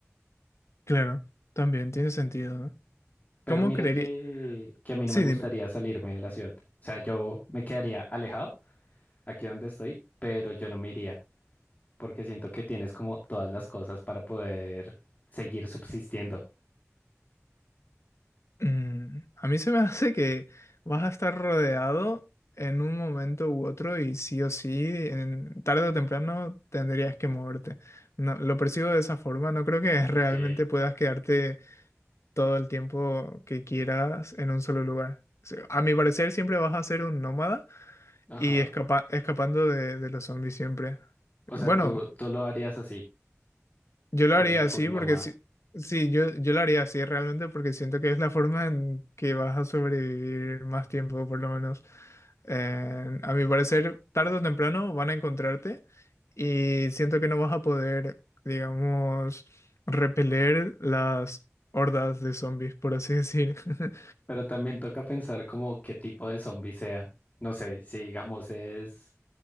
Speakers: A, on the left; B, on the left.
A: claro, también tiene sentido, ¿no?
B: Pero
A: ¿Cómo
B: mira
A: creería?
B: que, que a mí
A: Sí,
B: no me gustaría
A: dime.
B: salirme de la ciudad. O sea, yo me quedaría alejado aquí donde estoy, pero yo no me iría, porque siento que tienes como todas las cosas para poder seguir subsistiendo.
A: Mm, a mí se me <laughs> hace que vas a estar rodeado en un momento u otro y sí o sí, en, tarde o temprano tendrías que moverte. No, lo percibo de esa forma, no creo que realmente
B: Ok,
A: puedas quedarte todo el tiempo que quieras en un solo lugar. O sea, A mi parecer siempre vas a ser un nómada
B: ajá.
A: Y escapa- escapando de, de los zombies siempre.
B: O
A: Bueno,
B: sea, tú, tú lo harías así,
A: yo lo
B: full,
A: haría así
B: full
A: porque
B: nómada.
A: si, sí, yo, yo lo haría así realmente porque siento que es la forma en que vas a sobrevivir más tiempo, por lo menos. Eh, a mi parecer, tarde o temprano van a encontrarte y siento que no vas a poder, digamos, repeler las hordas de zombies, por así decir. <laughs>
B: Pero también toca pensar como qué tipo de zombie sea. No sé, si digamos es